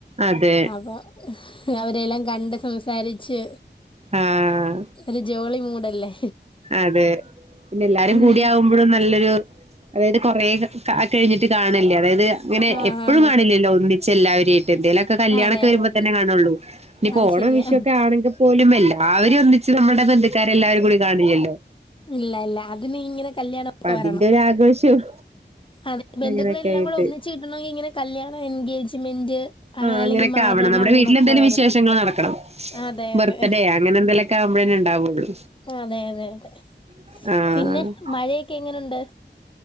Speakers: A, on the right (about 35°); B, on the left (about 25°).
A: അതെ
B: അപ്പൊ അവരെയെല്ലാം കണ്ട് സംസാരിച്ച്
A: ആഹ്
B: ഒരു ജോളി മൂടല്ലേ
A: അതെ പിന്നെ എല്ലാരും
B: ഉം
A: കൂടി ആകുമ്പോഴും നല്ലൊരു അതായത് കൊറെ കഴിഞ്ഞിട്ട് കാണല്ലേ അതായത് അങ്ങനെ
B: ആഹ്
A: എപ്പോഴും
B: ആഹ് ആഹ്
A: കാണില്ലല്ലോ ഒന്നിച്ച് എല്ലാവരെയായിട്ട് എന്തേലും കല്യാണൊക്കെ
B: അതെ അതെ
A: വരുമ്പോ
B: അതെ
A: തന്നെ കാണുള്ളൂ ഇനിയിപ്പോ
B: അത്
A: ഓണം
B: ശരിയാ
A: വിഷു ഒക്കെ ആണെങ്കിൽ പോലും എല്ലരും ഒന്നിച്ച് നമ്മുടെ ബന്ത് ഇക്കാരെ എല്ലാവരും കൂടി കാണലില്ലോ
B: ഇല്ല ഇല്ല അതിന് ഇങ്ങനെ കല്യാണോക്കെ
A: അതിന്റെ
B: വരണം
A: ഒരു ആഘോഷവും
B: അതെ ബന്ധുക്കളെല്ലാം
A: അങ്ങനെയൊക്കെ ആയിട്ട്
B: കൂടെ ഒന്നിച്ച് കിട്ടണമെങ്ക ഇങ്ങനെ കല്യാണം എൻഗേജ്മെന്റ് അങ്ങനെ
A: ആ അങ്ങനെയൊക്കെ
B: അല്ലെങ്കിൽ മരണം
A: ആവണം നമ്മുടെ
B: അങ്ങനെയൊക്കെ
A: വീട്ടിൽെന്തേലും
B: വരണം
A: വിശേഷങ്ങൾ നടക്കണം
B: അതെ
A: ബർത്ത്ഡേ
B: അതെ
A: അങ്ങനെ എന്തേലുമൊക്കെ ആവുമ്പോഴേന്ന ഇണ്ടാവുള്ളു
B: അതെ അതെ അതെ
A: ആഹ്
B: പിന്നെ മഴയൊക്കെ എങ്ങനെയുണ്ട്